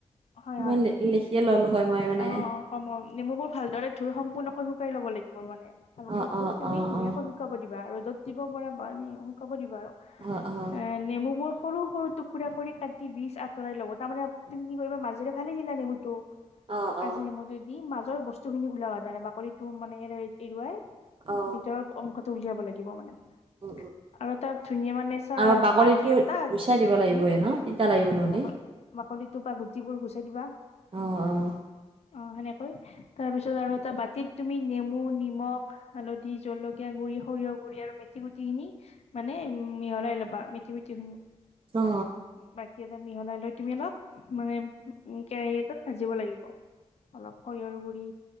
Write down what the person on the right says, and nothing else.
মই
লিখিয়ে ললো হয় মই মানে
অ
অ
অ
অ
অ অ
অ
অ
অ
উম উম
আৰু বাকলিটো
গুচাই দিব লাগিবয়ে
ন তিতা লাগিব নহ'লে
আহ আহ
অ